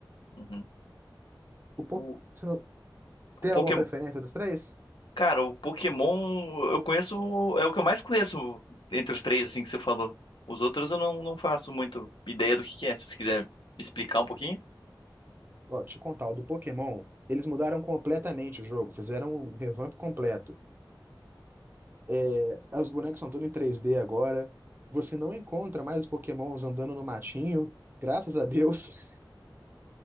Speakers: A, on the left (about 85°); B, on the right (about 25°).
A: Uhum.
B: O po...
A: O,
B: Você não...
A: o
B: tem
A: Pokémon.
B: alguma preferência dos três?
A: Cara, o Pokémon eu conheço. É o que eu mais conheço entre os três, assim, que você falou. Os outros eu não, não faço muito ideia do que que é. Se você quiser me explicar um pouquinho.
B: Ó, te contar, o do Pokémon, eles mudaram completamente o jogo, fizeram um revamp completo. É... Os bonecos são todos em 3D agora. Você não encontra mais os Pokémons andando no matinho, graças a Deus. <laughs>